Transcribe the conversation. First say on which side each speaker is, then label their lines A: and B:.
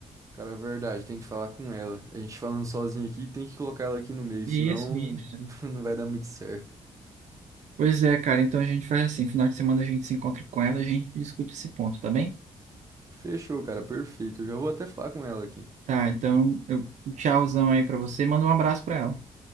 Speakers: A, on the right; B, on the right.
A: Cara, é verdade, tem que falar com ela. A gente falando sozinho aqui, tem que colocar ela aqui no meio,
B: Isso,
A: senão
B: isso.
A: <laughs> não vai dar muito certo.
B: Pois é, cara. Então a gente faz assim, final de semana a gente se encontra com ela, a gente discute esse ponto, tá bem?
A: Fechou, cara, perfeito. Eu já vou até falar com ela aqui.
B: Tá, então eu um tchauzão aí pra você, manda um abraço pra ela.